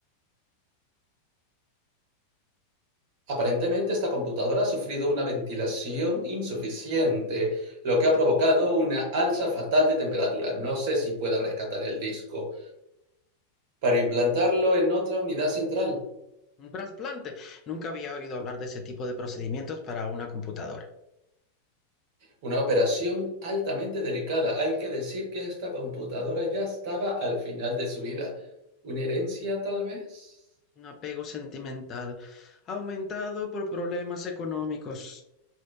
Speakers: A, on the right; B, on the left.
A: Aparentemente, esta computadora ha sufrido una ventilación insuficiente, lo que ha provocado una alza fatal de temperatura. No sé si pueda rescatar el disco para implantarlo en otra unidad central.
B: Un trasplante. Nunca había oído hablar de ese tipo de procedimientos para una computadora.
A: Una operación altamente delicada. Hay que decir que esta computadora ya estaba al final de su vida. ¿Una herencia, tal vez?
B: Un apego sentimental aumentado por problemas económicos.